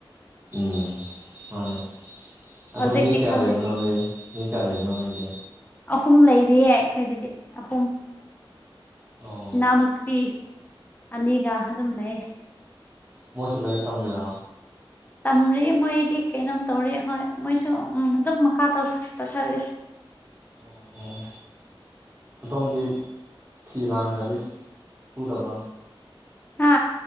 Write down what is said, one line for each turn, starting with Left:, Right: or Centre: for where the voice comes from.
Right: ꯎꯪ ꯃꯥꯟꯅꯦ ꯑꯗꯣ
Left: ꯍꯧꯖꯤꯛꯇꯤ
Right: ꯃꯤ ꯀꯌꯥ
Left: ꯈꯪꯉꯣꯏ
Right: ꯂꯩꯕꯅꯣ ꯅꯣꯏ ꯃꯤ ꯀꯌꯥ ꯂꯩꯕꯅꯣ ꯅꯣꯏꯗꯤ
Left: ꯑꯍꯨꯝ ꯂꯩꯔꯤꯌꯦ ꯑꯩꯈꯣꯏꯗꯗꯤ ꯑꯍꯨꯝ
Right: ꯑꯣꯑꯣ
Left: ꯏꯅꯥꯎꯅꯨꯄꯤ ꯑꯅꯤꯒ ꯑꯗꯨꯝ ꯂꯩꯑꯦ
Right: ꯃꯣꯏꯁꯨ ꯂꯥꯏꯔꯤꯛ ꯇꯝꯃꯤꯔ
Left: ꯇꯝꯔꯤ ꯃꯣꯏꯗꯤ ꯀꯩꯅꯣꯝ ꯇꯧꯔꯤ ꯍꯣꯏ ꯃꯣꯏꯁꯨ ꯎꯝ ꯑꯗꯨꯝ ꯃꯈꯥ ꯇꯣꯊꯔꯤ
Right: ꯑꯣꯑꯣ ꯑꯗꯣꯝꯗꯤ ꯐꯤ ꯂꯥꯡꯒꯗꯤ ꯁꯨꯗ ꯕ꯭ꯔꯥ
Left: ꯍꯥ